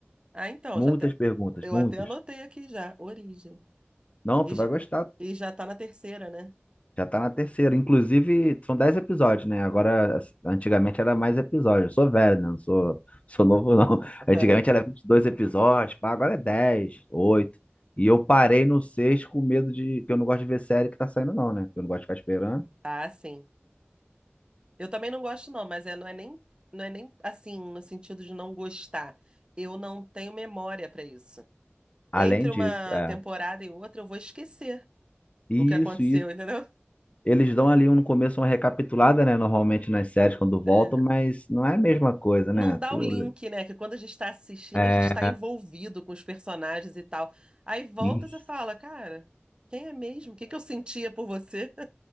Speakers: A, on the right; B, on the left.
A: Ah, então,
B: Muitas
A: já até,
B: perguntas,
A: eu
B: muitas.
A: até anotei aqui já, origem.
B: Não,
A: E
B: tu
A: já,
B: vai gostar.
A: e já tá na terceira, né?
B: Já tá na terceira. Inclusive, são dez episódios, né? Agora, as- antigamente era mais episódios. Eu sou velho, né? Não sou, sou novo, não. <laughs>
A: <laughs>
B: Antigamente era 22 episódios, pá, agora é 10 oito E eu parei no 6 com medo de. Que eu não gosto de ver série que tá saindo, não, né? Que eu não gosto de ficar esperando.
A: Ah, sim. Eu também não gosto, não, mas é, não é nem, não é nem assim, no sentido de não gostar. Eu não tenho memória para isso.
B: Além
A: Entre
B: disso,
A: uma
B: é.
A: temporada e outra, eu vou esquecer
B: E
A: o que aconteceu,
B: Isso, isso.
A: entendeu?
B: Eles dão ali um- no começo uma recapitulada, né? Normalmente nas séries quando voltam,
A: É.
B: mas não é a mesma coisa,
A: Não
B: né?
A: dá
B: Tu...
A: o link, né? Que quando a gente está assistindo,
B: É.
A: a gente está envolvido com os personagens e tal. Aí volta
B: <laughs>
A: e você fala, cara, quem é mesmo? O que que eu sentia por você?